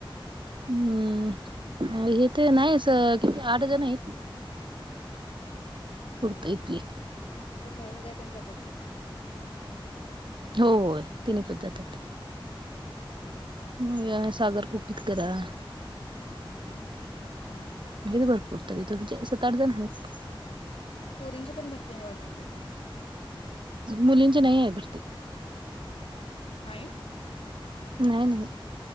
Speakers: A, on the right; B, on the left.
A: हम्म हे ते नाही असं किती आठ जण आहेत.
B: हम्म
A: फक्त इथली
B: ते महेशदा तेन जातात की.
A: हो तेनी पण जात्यात.
B: हम्म.
A: मग या सागर कुपीत करा.
B: हम्म.
A: <unintelligible> भरपूर तरी सात, आठ जण आहेत.
B: पोरींची पण भरती हाय वाटतं की तिथं.
A: मुलींची नाहीय आहे भरती.
B: नाही.
A: नाही नाही.